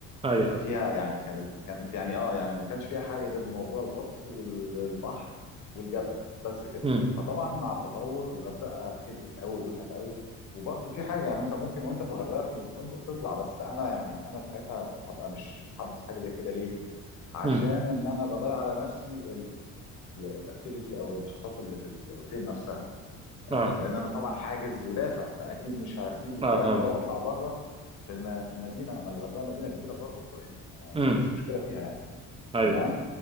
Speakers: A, on the right; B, on the left.
A: ايوه
B: ففيها يعني كانت كانت يعني اه يعني ما كانش فيها حاجه غير موضوع الغطس والبحر والجبل بس كده
A: مم.
B: فطبعا مع التطور الغردقه كبرت قوي ووسعت قوي وبرضه في حاجه يعني انت ممكن وانت في الغردقه في الفندق تطلع بس انا يعني انا ساعتها هبقى مش محبس حاجه زي كده ليه؟ عشان
A: مم.
B: ان انا بضيع على نفسي الاكتيفيتي او النشاطات اللي في الاوتيل نفسها
A: اه
B: آه، لان انا طبعا حاجز ودافع فاكيد مش هسيب الكلام
A: اه فاهمك
B: ده واطلع بره في الم... في المدينه ما الغردقه مدينه كبيره برضو كويس انا
A: مم.
B: ما فيش مشكله فيها يعني
A: ايوه
B: تمام